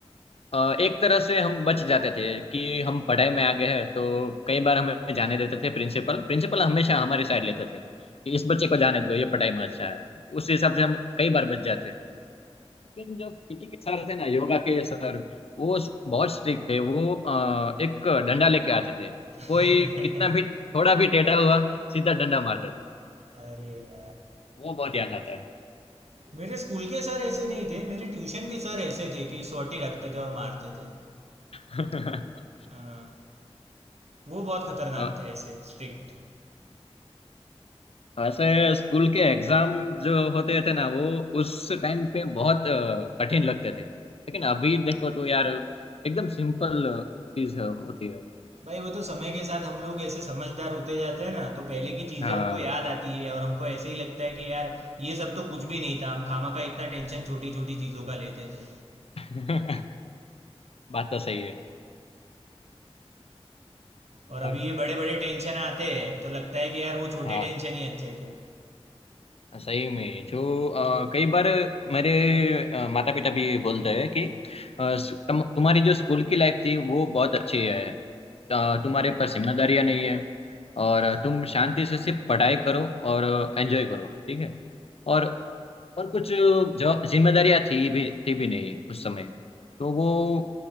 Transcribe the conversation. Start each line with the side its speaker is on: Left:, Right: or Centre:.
Left: अ, एक तरह से हम बच जाते थे कि हम पढ़ाई में आगे हैं तो कई बार हमें जाने देते थे प्रिंसिपल प्रिंसिपल हमेशा हमारी साइड लेते थे कि इस बच्चे को जाने दो ये पढ़ाई में अच्छा है उस हिसाब से हम कई बार बच जाते थे लेकिन जो पीटी के सर थे ना योगा के सर वो स- बहुत स्ट्रिक्ट थे वो अ, एक डंडा लेके आते थे
Right: <laughs>
Left: कोई कितना भी थोड़ा भी टेढ़ा हुआ सीधा डंडा मारते थे
Right: अरे यार
Left: वो बहुत याद आता है
Right: मेरे स्कूल के सर ऐसे नहीं थे मेरे ट्यूशन के सर ऐसे थे कि सोटी रखते थे और मारते थे
Left: हाँ
Right: हाँ, वो बहुत खतरनाक
Left: <laughs>
Right: थे ऐसे स्ट्रिक्ट
Left: ऐसे स्कूल के एग्जाम जो होते थे ना वो उस टाइम पे बहुत अ, कठिन लगते थे लेकिन अभी देखो तो यार एकदम सिंपल चीज होती है वो
Right: भाई वो तो समय के साथ हम लोग ऐसे समझदार होते जाते हैं ना तो पहले की चीजें
Left: हाँ
Right: हमको याद आती है और हमको ऐसे ही लगता है कि यार ये सब तो कुछ भी नहीं था हम खामा का इतना टेंशन छोटी छोटी चीजों का लेते थे
Left: <laughs> बात तो सही है
Right: और अभी
Left: और
Right: ये बड़े बड़े टेंशन आते हैं तो लगता है कि यार वो छोटे
Left: हाँ
Right: टेंशन ही अच्छे थे
Left: सही में जो अ, कई बार मेरे माता पिता भी बोलते हैं कि अ, सु- तुम, तुम्हारी जो स्कूल की लाइफ थी वो बहुत अच्छी है अ, तुम्हारे पर जिम्मेदारियां नहीं है और तुम शांति से सिर्फ पढ़ाई करो और एंजॉय करो ठीक है और और कुछ जो जिम्मेदारियां थी भी थी भी नहीं उस समय तो वो